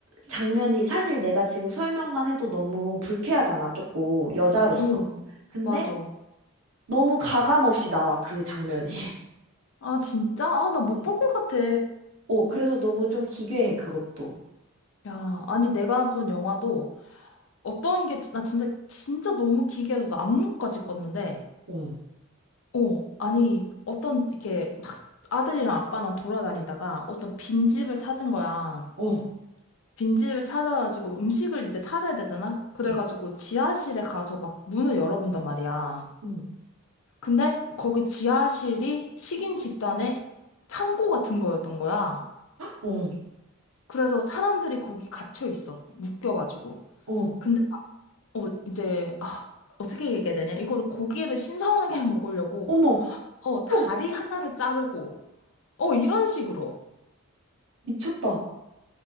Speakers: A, on the right; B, on the left.
A: 장면이 사실 내가 지금 설명만 해도 너무 불쾌하잖아, 조금 여자로서.
B: 응,
A: 근데
B: 맞아.
A: 너무 가감 없이 나와, 그 장면이.
B: 아, 진짜? 아, 나 못
A: <laughs>
B: 볼 것 같아.
A: 어, 그래서 너무 좀 기괴해, 그것도.
B: 야, 아니, 내가 본 영화도 어떤 게, 진- 나 진짜, 진짜 너무 기괴해서 나 악몽까지 꿨는데,
A: 어,
B: 어, 아니, 어떤, 이렇게 막 아들이랑 아빠랑 돌아다니다가 어떤 빈집을 찾은 거야.
A: 어,
B: 빈집을 찾아가지고 음식을 이제 찾아야 되잖아? 그래가지고
A: 음.
B: 지하실에 가서 막 문을 열어본단 말이야.
A: 음.
B: 근데 거기 지하실이 식인 집단의 창고 같은 거였던 거야.
A: 어,
B: 그래서 사람들이 거기 갇혀 있어. 묶여가지고.
A: 어.
B: 근데, 어, 이제, 아, 어떻게 얘기해야 되냐. 이거를 고기를 신선하게 <laughs> 먹으려고,
A: 어머,
B: 어, 다리
A: 어,
B: 하나를 자르고, 어, 이런 식으로.
A: 미쳤다.